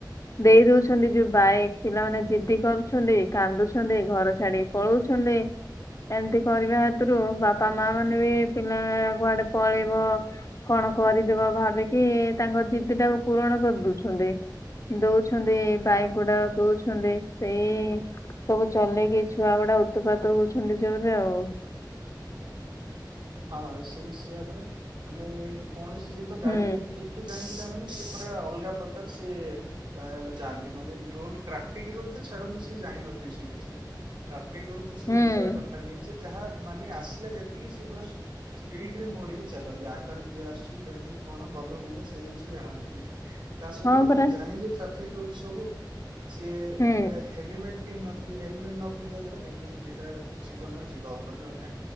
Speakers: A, on the left; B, on the right.
A: ଦେଇ ଦୋଉଛନ୍ତି ଯୋଉ ବାଇକ ପିଲମାନେ ଜିଦି କରୁଛନ୍ତି କାନ୍ଦୁଛନ୍ତି ଘର ଛାଡିକି ପଳୋଉଛନ୍ତି। ଏମତି କରିବା ହେତୁରୁ ବାପା ମାଆମାନେ ବି ପିଲା କୁଆଡେ ପଳେଇବ କଣ କରିଦେବ ଭାବିକି ତାଙ୍କ ଜିଦିଟାକୁ ପୂରଣ କରି ଦୋଉଛନ୍ତି ଦୋଉଛ ଛନ୍ତି ବାଇକଗୁଡାକ
B: ହଁ
A: ଦୋଉଛନ୍ତି। ସେଇ ସବୁ ଚଲେଇକି ଛୁଆଗୁଡା ଉତୁପାତ ହୋଉଛନ୍ତି। ଜୋରରେ ଆଉ।
B: ହଁ ସେଇ ସେଇଆ ପରା ମାନେ କୌଣସି ଯିନ୍ତ ତ ଗାଡି
A: ହୁଁ
B: ଟିକେ ଜାଣି ପିଲା ମାନେ ସେ ପୁରା ଅଲଗା ପ୍ରକାର ସିଏ ଆ-ଯାଆନ୍ତି ମାନେ ରୁଲ୍ ଟ୍ରାଫିକ୍ ରୁଲ୍ ତ ଛାଡନ୍ତୁ ସେ ଜାଣିନଥିବେ ସିଏ କିଛି ଟ୍ରା ସେଇ ରୁଲ୍ ତ ସିଏ
A: ହୁଁ
B: ଦୋସାରା କଥା ନିଜେ ଯାହା ମାନେ ଆସିଲା ଯେତିକି ସିଏ ପୁରା ସ୍ପିଡରେ ମୋଡିକି ଚାଲନ୍ତି ଆଗରେ କିଏ ଆସଚି କେମିତି କଣ ଭଲ ମନ୍ଦ ସେଇ ଜିନଷ ଜାଣନ୍ତିନି। ତା ସହିତ
A: ହଁ
B: କଣ
A: ପରା
B: ଜାଣିଲି ଟ୍ରାଫିକ୍ ରୁଲ୍ ସବୁ ସିଏ ଏବେ-ଏବେ
A: ହୁଁ
B: ହେଲିମେଟ୍ ପିନ୍ଧି ନଥିଲେ ହେଲମେଟ୍ ନ ପିନ୍ଧିବା ଦ୍ୱାରା ଦେଖ ଖନ୍ତୁ ଦିଇଟା ଜୀବନ ଯିବା ଉପରେ ରହିଲା